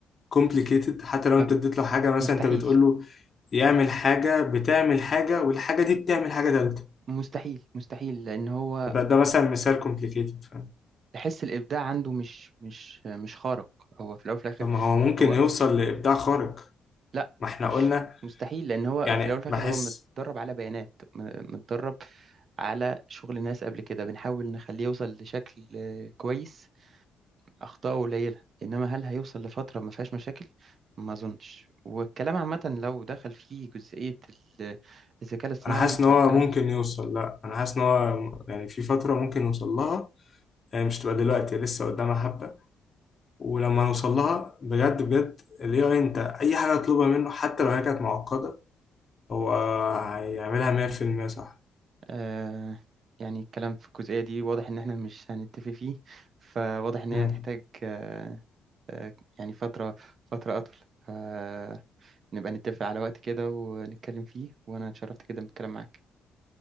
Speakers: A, on the left; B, on the right.
A: complicated حتى لو
B: ما
A: أنت
B: ب...
A: اديت له حاجة مثلا
B: مستحيل
A: أنت بتقول له يعمل حاجة بتعمل حاجة والحاجة دي بتعمل حاجة تالتة
B: مستحيل مستحيل لان هو
A: ده, ده مثلا مثال complicated فاهم؟
B: تحس الابداع عنده مش مش مش خارق هو في الاول وفي الاخر
A: طب ما هو ممكن
B: هو
A: يوصل لإبداع خارق
B: لا
A: ما احنا
B: مش
A: قلنا
B: مستحيل لان هو
A: يعني
B: في الاول وفي الاخر
A: بحس
B: هو متدرب على بيانات م- متدرب على شغل ناس قبل كده بنحاول نخليه يوصل لشكل آه، كويس اخطاءه قليله انما هل هيوصل لفتره ما فيهاش مشاكل ما اظنش والكلام عامه لو دخل فيه جزئيه ال- الذكاء الاصطناعي
A: انا حاسس
B: فالكلام
A: ان هو ممكن يوصل لا انا حاسس ان هو م- يعني في فتره ممكن يوصل لها يعني مش تبقى دلوقتي لسه قدامها حبه ولما نوصل لها بجد بجد الاي اي انت اي حاجه تطلبها منه حتى لو هي كانت معقده هو هيعملها 100% صح
B: آه يعني الكلام في الجزئية دي واضح إن إحنا مش هنتفق فيه فواضح إن هي
A: امم
B: هتحتاج آه آه يعني فترة فترة أطول فنبقى نتفق على وقت كده ونتكلم فيه وأنا اتشرفت جدا بالكلام معاك